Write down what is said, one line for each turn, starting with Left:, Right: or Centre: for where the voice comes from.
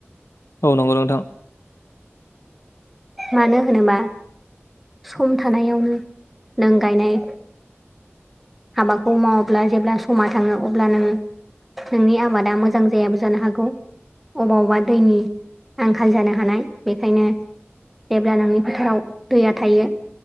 Left: औ नंगौ नोंथां
Centre: मानो होनोबा सम थानायावनो नों गायनाय हाबाखौ मावोब्ला जेब्ला समा थाङो अब्ला नों नोंनि आबादा मोजां जायाबो जानो हागौ अबा अबेबा दैनि आंखाल जानो हानाय बेखायनो जेब्ला नोंनि फोथाराव दैया थायो